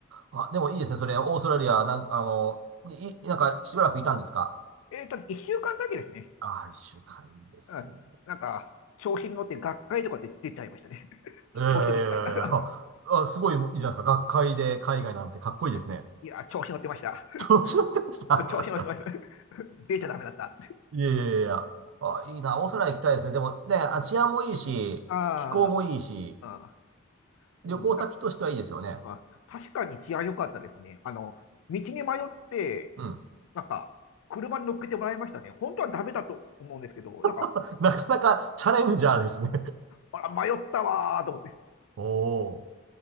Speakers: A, on the right; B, on the left.
A: あ、でもいいですね、それ、オーストラリア、なんかあの、い、いなんかしばらくいたんですか
B: えっと、一週間だけですね。
A: ああー、一週間いいですね。
B: うん。なんか、調子に乗って学会とかで出ちゃいましたね。<laughs> ちょ、
A: ええあ、
B: 調子に乗ってました。
A: あ、すごいいいじゃないですか。学会で海外なんてかっこいいですね。
B: <laughs> いや、調子に乗ってました。
A: <laughs> 調子乗ってました。
B: <laughs> 調子に乗ってました。<laughs> 出ちゃダメだった。
A: <laughs> いやいやいやいや。あ、いいな。オーストラリア行きたいですね。でもね、あ、治安もいいし、
B: あ
A: 気候もいいし、
B: あ、うん、
A: 旅行先としてはいいですよね。
B: うん。だ、まあ、確かに治安良かったですね。あの、道に迷って、
A: うん。
B: なんか、車に乗っけてもらいましたね。本当はダメだと思うんですけど、なんか、
A: <laughs> なかなかチャレンジャーですね。
B: あら、迷ったわーと思って、
A: <laughs> おー。